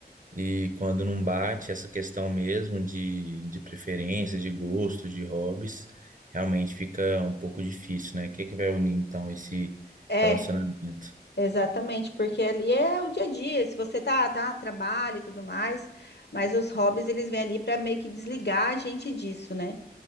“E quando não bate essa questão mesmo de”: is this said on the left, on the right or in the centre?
Right